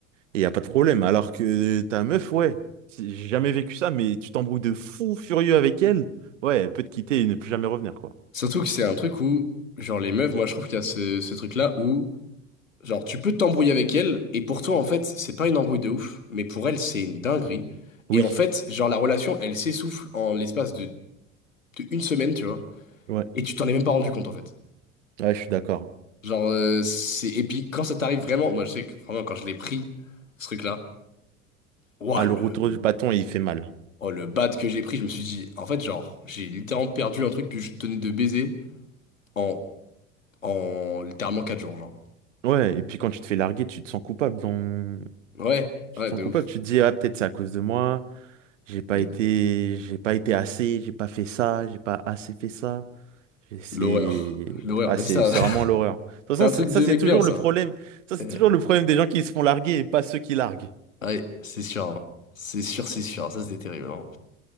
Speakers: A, on the right (about 70°); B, on the left (about 85°).
A: et y a pas de problème. Alors que ta meuf, ouais, si- j'ai jamais vécu ça, mais tu t'embrouilles de fou furieux avec elle, ouais, elle peut te quitter et ne plus jamais revenir, quoi.
B: Surtout que c'est un truc où genre les meufs, moi je trouve qu'il y a ce, ce truc-là où genre tu peux t'embrouiller avec elle et pour toi en fait, c'est pas une embrouille de ouf, mais pour elle, c'est une dinguerie.
A: Oui,
B: Et en fait, genre la relation, elle s'essouffle en l'espace de, de une semaine, tu vois.
A: ouais,
B: Et tu t'en es même pas rendu compte en fait.
A: ouais, je suis d'accord.
B: Genre, euh, c'est... Et puis, quand ça t'arrive vraiment... Moi, je sais que vraiment, quand je l'ai pris, ce truc-là... Ouah,
A: Ah, le
B: le...
A: retour du bâton, il fait mal.
B: Oh, le bad que j'ai pris, je me suis dit... En fait, genre, j'ai littéralement perdu un truc que je tenais de baiser en... En littéralement 4 jours, genre.
A: Ouais, et puis quand tu te fais larguer, tu te sens coupable dans...
B: Ouais,
A: Tu
B: ouais,
A: te sens
B: de
A: coupable,
B: ouf.
A: tu te dis, ah, peut-être c'est à cause de moi, j'ai pas
B: De
A: été,
B: ouf.
A: j'ai pas été assez, j'ai pas fait ça, j'ai pas assez fait ça. Et C'est
B: L'horreur. L'horreur.
A: ah,
B: Mais
A: c'est
B: ça,
A: c'est
B: <laughs>
A: vraiment l'horreur. De toute
B: c'est
A: façon,
B: un
A: c'est-
B: truc
A: ça
B: de
A: c'est
B: mec
A: toujours
B: bien, ça.
A: le problème. Ça c'est
B: Ouais,
A: toujours le problème des gens qui se font larguer et pas ceux qui larguent.
B: Ouais, c'est sûr. hein. C'est sûr, c'est sûr. Ça, c'était terrible, hein.